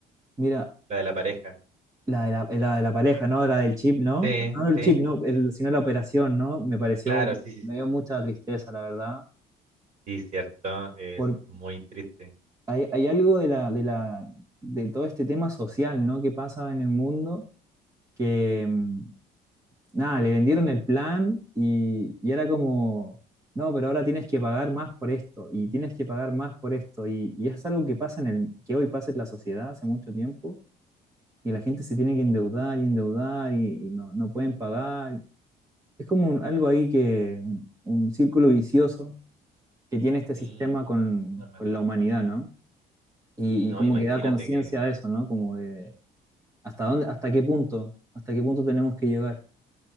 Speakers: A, on the right (about 20°); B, on the right (about 50°).
A: Mira,
B: La de la pareja.
A: la de la, la de la pareja, ¿no? La del chip, ¿no?
B: Sí,
A: No el
B: sí,
A: chip, no, el- sino la operación, ¿no? Me pareció,
B: claro, sí, sí,
A: me
B: sí.
A: dio mucha tristeza, la verdad,
B: Sí, cierto, es
A: porque
B: muy triste.
A: hay, hay algo de la, de la, de todo este tema social, ¿no? Que pasa en el mundo que mm, nada, le vendieron el plan y, y era como, no, pero ahora tienes que pagar más por esto y tienes que pagar más por esto. Y, y es algo que pasa en el, que hoy pasa en la sociedad hace mucho tiempo y la gente se tiene que endeudar y endeudar y, y no, no pueden pagar. Es como un- algo ahí que, un, un círculo vicioso que tiene este
B: Sí,
A: sistema con,
B: totalmente.
A: con la humanidad, ¿no? Y,
B: Sí, no,
A: y como
B: imagínate
A: que da conciencia
B: que,
A: de eso, ¿no? Como de hasta dónde, hasta qué punto, hasta qué punto tenemos que llegar.